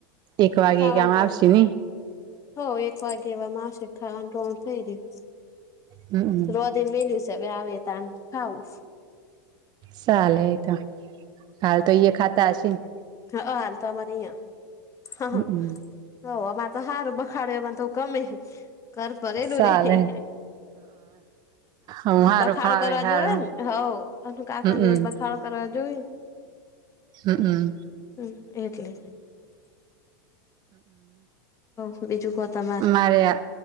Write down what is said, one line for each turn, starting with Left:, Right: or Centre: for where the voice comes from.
Right: એક વાગે
Left: ખાવાનું
Right: કેમ
Left: ટોણું
Right: આવશે નહી
Left: હો એક વાગે એવામાં આવશે ખાવાનું રોણ થઈ ગયુ.
Right: હમમ
Left: રોધીને મેલ્યું સે હવે આવે એ ટાઈમ ખાવું
Right: સાલે એ તો હાલ તો ઈ ખાતા હશે ને
Left: હા હાલ તો અમારી અહીંયા
Right: હમમ
Left: હ અમાર તો હારું બખાડ્યો એમાં તો ગમે હે ઘર ભરેલું
Right: ચાલે
Left: રેય
Right: હ હું હારું
Left: બખાડો
Right: ફાવે
Left: કરવા
Right: હારું
Left: જોવે ને હ અને કાકાની
Right: હમમ
Left: <unintelligible> <unintelligible> કરવા જોઈ
Right: હમ્મ હમ્મ
Left: હમ્મ એટલે હ બીજું કો તમાર
Right: હા રે હા